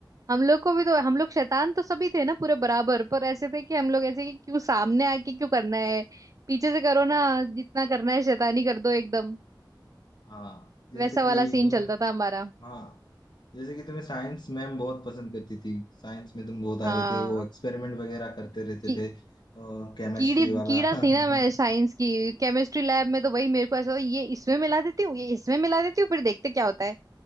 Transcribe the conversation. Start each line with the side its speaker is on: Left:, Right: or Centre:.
Right: हम लोग को भी तो हम लोग शैतान तो सभी थे ना पूरे बराबर पर ऐसे थे कि हम लोग ऐसे कि क्यों सामने आके क्यों करना है पीछे से करो ना जितना करना है शैतानी कर दो एकदम
Left: हाँ जैसे
Right: वैसा
Left: कि
Right: वाला सीन
Left: तुम्हें
Right: चलता था हमारा
Left: हाँ जैसे कि तुम्हें साइंस मैम बहुत पसंद करती थी साइंस में तुम बहुत आगे
Right: हाँ
Left: थे वो एक्सपेरिमेंट वगैरह करते रहते
Right: की,
Left: थे केमिस्ट्री
Right: कीड़ी
Left: वाला
Right: कीड़ा
Left: <laughs>
Right: थी ना मैं साइंस की केमिस्ट्री लैब में तो भाई मेरे को ऐसा होता, ये इसमें मिला देती हूँ ये इसमें मिला देती हूँ फिर देखते क्या होता है